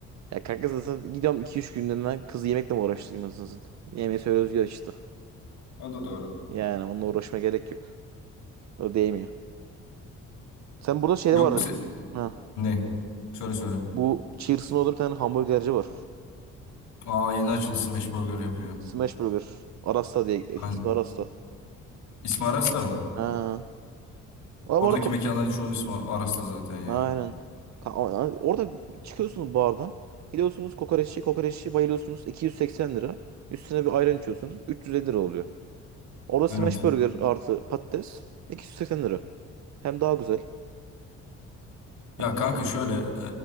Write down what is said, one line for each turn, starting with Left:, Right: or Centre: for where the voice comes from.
Right: ya kanka zaten gidiyorum 2-3 günlerinden kızı yemekle mi uğraştırayım anasını satayım. Yemeği söylüyoruz ya işte.
Left: O da doğru.
Right: Yani onunla uğraşma gerek yok. O değmiyor. Sen burada şeyde
Left: Yok
Right: vardı.
Left: mu sen?
Right: bir- Ha.
Left: Ne? Söyle söyle.
Right: Bu Cheers'ın orada bir tane hamburgerci var.
Left: Aa yeni açıldı Smash Burger yapıyor.
Right: Smash Burger. Arasta diye. eh,
Left: Ben...
Right: ismi Arasta.
Left: İsmi Aras mı?
Right: Ha. Ama
Left: Oradaki
Right: orada ko-
Left: mekanların çoğunun ismi Aras'ta zaten ya.
Right: Aynen. Ka- a- Orada çıkıyorsunuz bardan. Gidiyorsunuz kokoreççi. Kokoreççi bayılıyorsunuz. 280 lira. Üstüne bir ayran içiyorsunuz. 350 lira oluyor. Orada smash
Left: Evet.
Right: burger artı patates 280 lira. Hem daha güzel.
Left: Ya
Right: Hem
Left: kanka
Right: de fa-
Left: şöyle e,